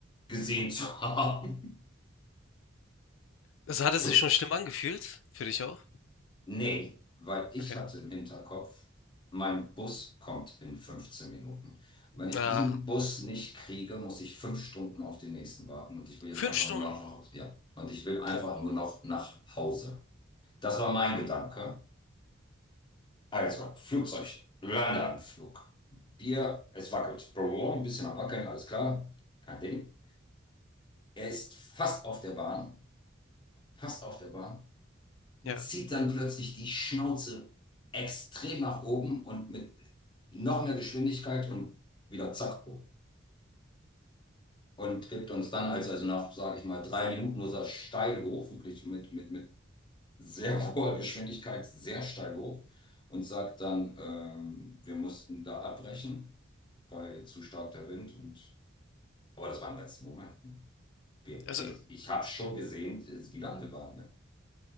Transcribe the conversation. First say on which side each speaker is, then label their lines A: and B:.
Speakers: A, on the left; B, on the left.
A: gesehen zu haben.
B: Also hat es
A: <laughs> Gut,
B: sich schon schlimm angefühlt? Für dich auch?
A: Nee, weil ich
B: Okay.
A: hatte im Hinterkopf, mein Bus kommt in 15 Minuten. Wenn ich
B: Ah,
A: diesen Bus nicht kriege, muss ich fünf Stunden auf den nächsten warten und ich will jetzt
B: fünf
A: einfach
B: Stunden.
A: nur noch nach Hause. Ja, und ich will einfach
B: Boah.
A: nur noch nach Hause. Das war mein Gedanke. Also, Flugzeug, Landeanflug. Bier, es wackelt. Brrr, Ein bisschen am Wackeln, alles klar. Kein Ding. Er ist fast auf der Bahn. Fast auf der Bahn. und
B: Ja.
A: zieht dann plötzlich die Schnauze extrem nach oben und mit noch mehr Geschwindigkeit und wieder zack hoch. Und gibt uns dann, als also nach, sage ich mal, drei Minuten nur so steil hoch, wirklich mit, mit, mit sehr <laughs> hoher Geschwindigkeit, sehr steil hoch und sagt dann, ähm, wir mussten da abbrechen, weil zu stark der Wind und, aber das war im letzten Moment. Ne? Wir,
B: Also,
A: ich
B: das
A: ich habe schon gesehen, äh, wie lange wir waren. Ne?